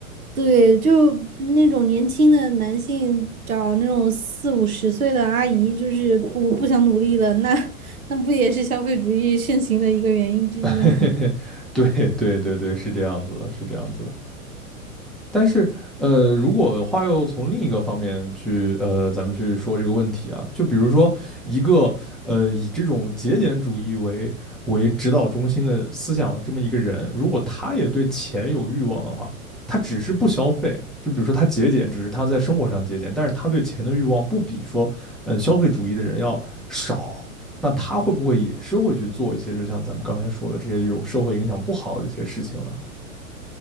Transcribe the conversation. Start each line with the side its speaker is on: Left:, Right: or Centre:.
Right: 对，就那种年轻的男性找那种四五十岁的阿姨，就是我不想努力了，那那不也是消费主义盛行的一个原因之一吗？
Centre: <laughs> 对对对对，是这样子的，是这样子的。但是，呃，如果话又从另一个方面去，呃，咱们去说这个问题啊，就比如说一个，呃，以这种节俭主义为为指导中心的思想的这么一个人，如果他也对钱有欲望的话，他只是不消费，就比如说他节俭，只是他在生活上节俭，但是他对钱的欲望不比说，嗯、消费主义的人要少，那他会不会也是会去做一些，就像咱们刚才说的这些这种社会影响不好的一些事情呢？